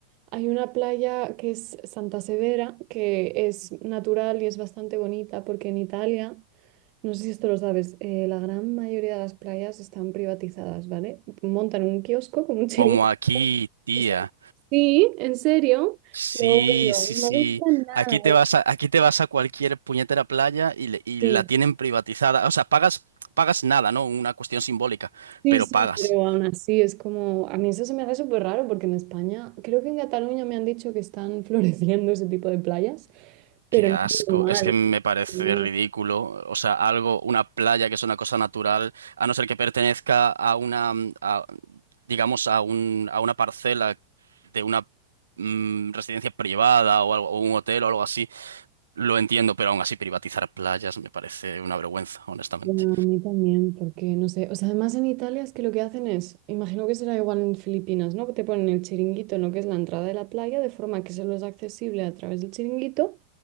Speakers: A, on the right; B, on the right.
A: hay una playa que es Santa Severa, que es natural y es bastante bonita, porque en Italia, no sé si esto lo sabes, eh, la gran mayoría de las playas están privatizadas, ¿vale? Montan un kiosco con un chiringuito.
B: Como aquí, tía.
A: O sea, Sí, en serio.
B: Sí,
A: Lo odio,
B: sí, sí.
A: no me gusta nada.
B: Aquí te vas a, aquí te vas a cualquier puñetera playa y, le- y
A: Sí.
B: la tienen privatizada. O sea, pagas, pagas nada, ¿no? Una cuestión simbólica,
A: Sí,
B: pero
A: sí,
B: pagas.
A: pero aún así es como, a mí eso se me hace súper raro porque en España, creo que en Cataluña me han dicho que están <laughs> floreciendo ese tipo de playas, pero
B: Qué
A: no
B: asco.
A: es normal.
B: Es que me parece
A: No,
B: ridículo. O sea, algo, una playa que es una cosa natural, a no ser que pertenezca a una, mm, a- digamos, a un, a una parcela de una mm, residencia privada o algo, o un hotel o algo así. Lo entiendo, pero aún así privatizar playas me parece una vergüenza, honestamente.
A: bueno, a mí también, porque no sé, o sea, además en Italia es que lo que hacen es, imagino que será igual en Filipinas, ¿no? Que te ponen el chiringuito en lo que es la entrada de la playa, de forma que solo es accesible a través del chiringuito,